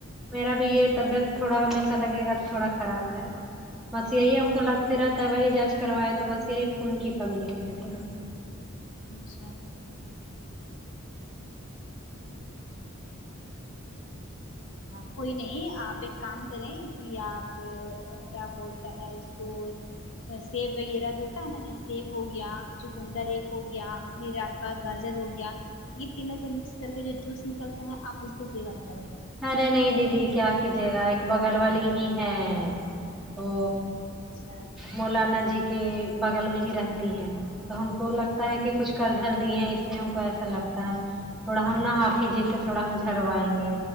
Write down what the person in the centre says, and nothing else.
میرا بھی یہ طبیعت تھوڑا ہمیشہ لگے گا
تھوڑا خراب ہے بس یہی ہم کو لگتے رہتا ہے وہی جانچ کروائے تو بس یہی خون کی کمی نکلیے تھوڑا
ارے نہیں دیدی کیا کیجیے گا ایک بغل والی ہی ہے وہ
مولانا جی کے بغل میں ہی رہتی ہیں تو ہم کو
لگ تا ہے کہ کچھ کر دھر دی ہیں اس لیے ہم کو ایسا لگتا ہے تھوڑا ہم نا حافظ جی سے تھوڑا ہم جھروائیں گے